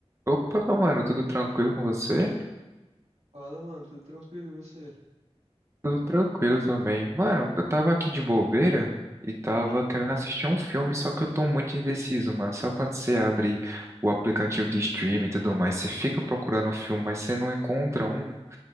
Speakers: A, on the right; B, on the right.
A: Opa, meu mano, tudo tranquilo com você?
B: Fala, mano, tudo tranquilo e você?
A: Tudo tranquilo também. Mano, eu tava aqui de bobeira e tava querendo assistir um filme, só que eu tô muito indeciso, mano. Sabe quando você abre o aplicativo de streaming e tudo mais, você fica procurando um filme, mas você não encontra um?